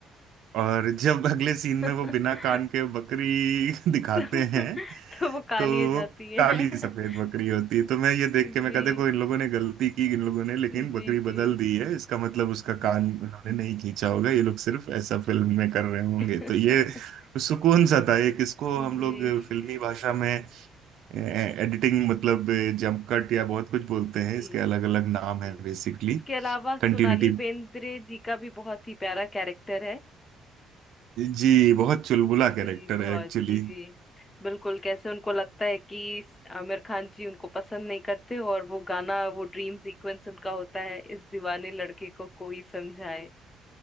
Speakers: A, on the right (about 70°); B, on the left (about 25°).
A: और जब अगले
B: <laughs>
A: सीन में वो बिना कान
B: तो,
A: के बकरी <laughs> दिखाते
B: तो
A: हैं
B: वो काली
A: तो
B: हो जाती है
A: काली
B: <laughs>
A: सफेद बकरी होती है तो मैं ये देख
B: जी
A: के मैं कहा देखो इन लोगों ने गलती की इन लोगों ने लेकिन
B: जी
A: बकरी
B: जी
A: बदल
B: जी
A: दी है इसका मतलब उसका कान उन्होंने नहीं खींचा होगा ये लोग सिर्फ ऐसा फिल्म में कर रहे होंगे
B: <laughs>
A: तो ये सुकून सा था एक इसको
B: जी
A: हम लोग फिल्मी भाषा में एडिटिंग मतलब जंप कट या बहुत कुछ बोलते
B: जी
A: हैं इसके अलग अलग नाम
B: जी
A: है बेसिकली
B: इसके अलावा सोनाली
A: कंटिन्यूटी
B: बेंद्रे जी का भी बहुत ही प्यारा कैरेक्टर है
A: जी बहुत चुलबुला
B: जी
A: कैरेक्टर
B: बहुत
A: है एक्चुअली
B: जी जी बिल्कुल कैसे उनको लगता है कि इस- आमिर खान जी उनको पसंद नहीं करते और वो गाना वो ड्रीम सीक्वेंस उनका होता है इस दीवाने लड़के को कोई समझाए